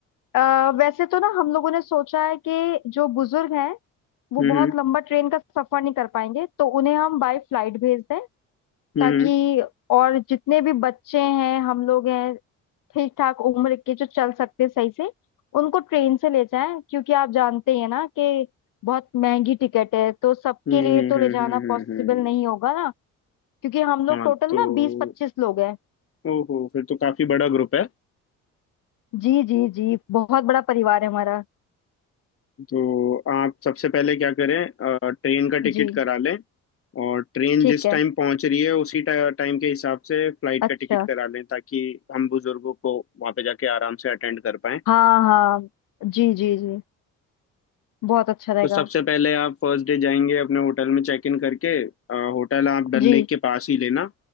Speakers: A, on the left; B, on the left.
A: अ वैसे तो ना हम लोगों ने सोचा है कि जो बुजुर्ग हैं वो
B: हम्म
A: बहुत लंबा ट्रेन का सफर नहीं कर पाएंगे तो उन्हें हम बाय फ्लाइट भेज दें
B: हम्म
A: ताकि और जितने भी बच्चे हैं हम लोग हैं ठीक ठाक उम्र के जो चल सकते हैं सही से उनको ट्रेन से ले जाएं क्योंकि आप जानते ही हैं ना कि बहुत महंगी टिकट है तो सबके
B: हम्म
A: लिए
B: हम्म
A: तो
B: हम्म
A: ले जाना
B: हम्म,
A: पॉसिबल
B: हम्म,
A: नहीं होगा ना क्योंकि हम लोग
B: हाँ
A: टोटल
B: तो
A: ना बीस पच्चीस लोग हैं
B: ओहो फिर तो काफी बड़ा ग्रुप है
A: जी जी जी बहुत बड़ा परिवार है हमारा
B: तो आप सबसे पहले क्या करें अ, ट्रेन का टिकट
A: जी
B: करा लें और ट्रेन
A: ठीक
B: जिस
A: है
B: टाइम पहुंच रही है उसी टा, टाइम के हिसाब से फ्लाइट
A: अच्छा
B: का टिकट करा लें ताकि हम बुजुर्गों को वहां पे जाके आराम से अटेंड कर पाएं
A: हाँ हाँ जी जी जी बहुत अच्छा रहेगा
B: तो सबसे पहले आप फर्स्ट डे जाएंगे अपने होटल में चेक इन करके अ, होटल आप डल
A: जी
B: लेक के पास ही लेना